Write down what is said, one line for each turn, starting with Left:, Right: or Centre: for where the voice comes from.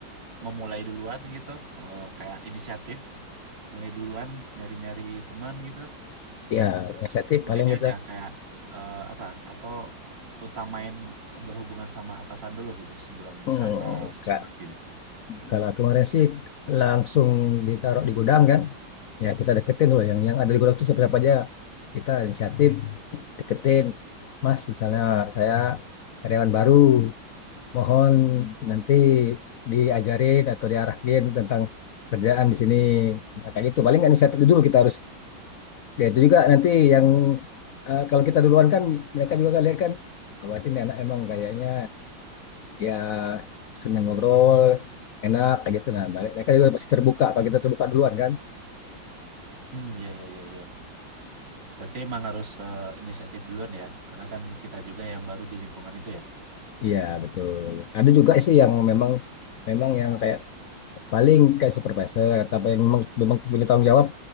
Right: memulai duluan gitu, Eh, kayak inisiatif, mulai duluan nyari-nyari teman gitu?
Left: iya inisiatif
Right: Atau
Left: paling
Right: Ini
Left: kita
Right: aja kayak eh, apa? Atau utamain berhubungan sama atasan dulu gitu sebelum
Left: hmm,
Right: sama
Left: enggak
Right: sesama tim?
Left: kalau kemarin sih langsung ditaruh di gudang kan ya kita deketin dulu yang yang ada di gudang itu siapa siapa aja kita inisiatif deketin Mas misalnya saya karyawan baru Mohon nanti diajarin atau diarahin tentang kerjaan di sini. Nah, kayak gitu. Paling kan inisiatif dulu kita harus. Ya itu juga nanti yang eh, kalau kita duluan kan mereka juga kan lihat kan bahwa ini anak emang kayaknya ya senang ngobrol, enak kayak gitu. Nah, balik- mereka juga pasti terbuka kalau kita terbuka duluan kan.
Right: Hmm, ya, ya, ya, ya. Berarti emang harus eh, inisiatif duluan ya, karena kan kita juga yang baru di lingkungan itu ya.
Left: Iya, betul. Ada juga sih yang memang memang yang kayak paling kayak supervisor tapi yang memang memang punya tanggung jawab